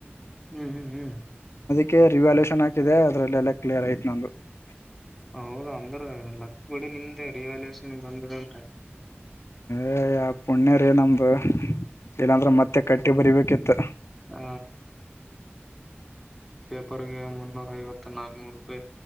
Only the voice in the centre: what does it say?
ಹ್ಮ್ ಹ್ಮ್ ಹ್ಮ್
ಹೌದ ಅಂದ್ರ ಲಕ್ಕ ಬಿಡು ನಿಮ್ದೇ ರಿವ್ಯಾಲ್ಯೂಯೇಷನ್ ಬಂದ್ <unintelligible>
ಆ ಇಪ್ಪರ್ಗೆ ಮುನ್ನೂರ ಐವತ್ತು ನಾಕನೂರು ರೂಪಾಯಿ